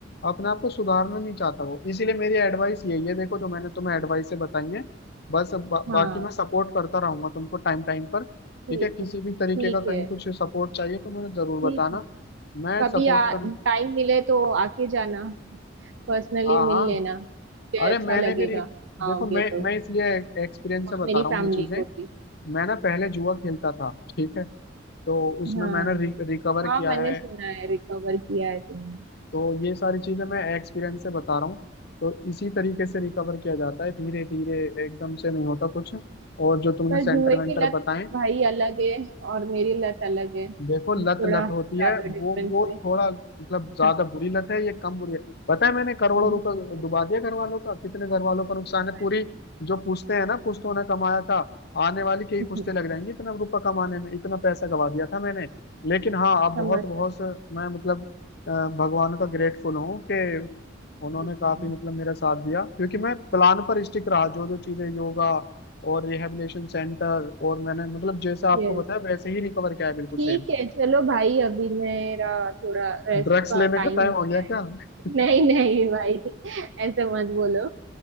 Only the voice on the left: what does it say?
अपने आप को सुधारना नहीं चाहता वो इसीलिए मेरी एडवाइस यही है देखो जो मैंने तुम्हें एडवाइस से बताई है बस अब बा, बाकी
मैं सपोर्ट करता रहूंगा तुमको टाइम टाइम पर ठीक
है किसी
भी तरीके का
कहीं कुछ सपोर्ट चाहिए तो मुझे जरूर
बताना
मैं
सपोर्ट
कर
हाँ
हाँ
अरे
मैंने
भी रे- देखो
मैं
मैं इसलिए एक्सपीरियंस
से बता
रहा
हूँ ये चीजें
मैं ना पहले जुआ खेलता था ठीक है तो उसमें
मैंने रि, रिकवर
किया
है
तो ये सारी चीजें मैं एक्सपीरियंस से बता रहा हूँ तो इसी तरीके से रिकवर किया जाता है धीरे धीरे एकदम से नहीं होता कुछ और जो तुमने
सेंटर
वेंटर
बताएं
देखो लत लत
होती है
वो वो
थोड़ा मतलब ज्यादा
बुरी लत है ये कम बुरी है पता है मैंने करोड़ों
रुपए
डुबा दिया घर वालों का कितने घर वालों का नुकसान है
पूरी जो पूछते हैं ना पुश्तों ने कमाया था आने वाली के ही
पुश्ते लग जाएंगी इतना रुपया कमाने में इतना पैसा गवा दिया था मैंने लेकिन हाँ अब बहुत
बहुत मैं मतलब अ, भगवान का ग्रेटफुल हूँ कि
उन्होंने काफी मतलब मेरा साथ दिया क्योंकि मैं प्लान पर स्टिक रहा जो जो चीजें योगा और रिहैबिलिटेशन सेंटर और मैंने मतलब जैसा आपको
बताया वैसे ही रिकवर किया है बिल्कुल
सेम
ड्रग्स
लेने
का टाइम
हो गया क्या <laughs>